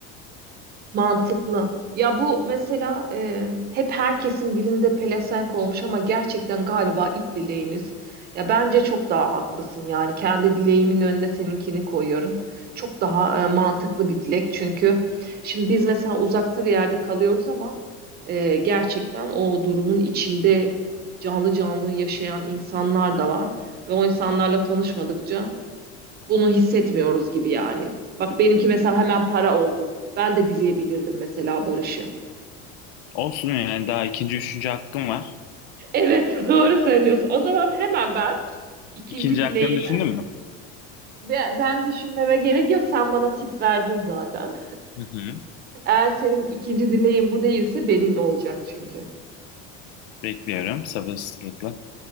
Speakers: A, on the right (about 30°); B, on the left (about 65°).
A: Mantıklı. Ya bu mesela e, hep herkesin dilinde pelesenk olmuş ama gerçekten galiba ilk dileğimiz. Ya bence çok daha haklısın yani kendi dileğimin önüne seninkini koyuyorum. Çok daha e, mantıklı bir dilek çünkü şimdi biz mesela uzakta bir yerde kalıyoruz ama e, gerçekten o durumun içinde canlı canlı yaşayan insanlar da var ve o insanlarla tanışmadıkça bunu hissetmiyoruz gibi yani. Bak benimki mesela hemen para oldu. Ben de dileyebilirdim mesela barışı.
B: Olsun yani daha ikinci, üçüncü hakkım var.
A: Evet, <laughs> doğru söylüyorsun. O zaman hemen ben ikinci
B: İkinci
A: dileğimi.
B: hakkını düşündün mü?
A: Ben, ben düşünmeme gerek yok. Sen bana tip verdin zaten.
B: Hı hı.
A: Eğer senin ikinci dileğin bu değilse benim olacak çünkü.
B: Bekliyorum sabırsızlıkla.